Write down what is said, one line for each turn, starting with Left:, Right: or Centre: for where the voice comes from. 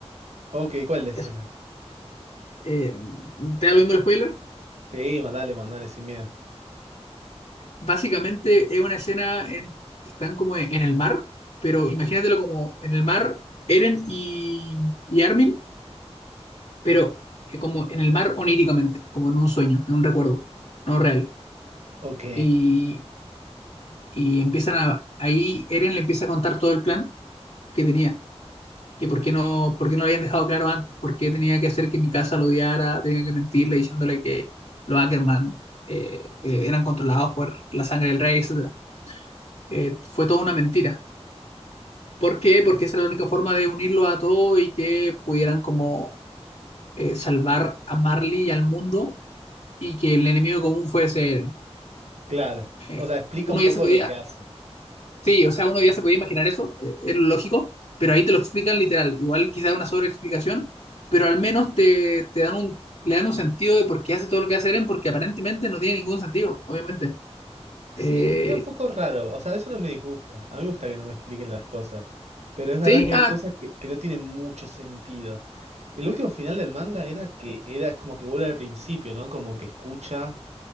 Right: Ok, ¿cuál es la escena?
Left: Eso. Eh, ¿te da lo mismo el spoiler?
Right: Sí, mandale, mandale sin miedo.
Left: Básicamente es una escena en que están como en el mar, pero imagínatelo como en el mar Eren y, y Armin, pero eh, como en el mar oníricamente, como en un sueño, en un recuerdo, no real.
Right: Ok,
Left: Y Y empiezan a, ahí Eren le empieza a contar todo el plan que tenía, que por qué no, por qué no lo habían dejado claro antes, por qué tenía que hacer que mi casa lo odiara, tenía que mentirle diciéndole que los Ackerman eh, eh, eran controlados por la sangre del rey, etcétera. Eh, fue toda una mentira. ¿Por qué? Porque esa era la única forma de unirlo a todo y que pudieran como eh, salvar a Marley y al mundo y que el enemigo común fuese Eren.
Right: claro.
Left: Eh,
Right: O sea, explica
Left: uno
Right: un poco
Left: ya se podía,
Right: lo que hace.
Left: Sí, o sea, uno ya se podía imaginar eso, eh, es lo lógico, pero ahí te lo explican literal. Igual quizá una sobreexplicación, pero al menos te, te dan un, le dan un sentido de por qué hace todo lo que hace Eren, porque aparentemente no tiene ningún sentido, obviamente.
Right: Sí,
Left: Eh,
Right: eh, queda un poco raro. O sea, eso no me disgusta. A mí me gusta que no me expliquen las cosas. Pero es verdad
Left: sí,
Right: que
Left: ah,
Right: hay cosas que, que no tienen mucho sentido. El último final del manga era que era es como que vuelve al principio, ¿no? Como que escucha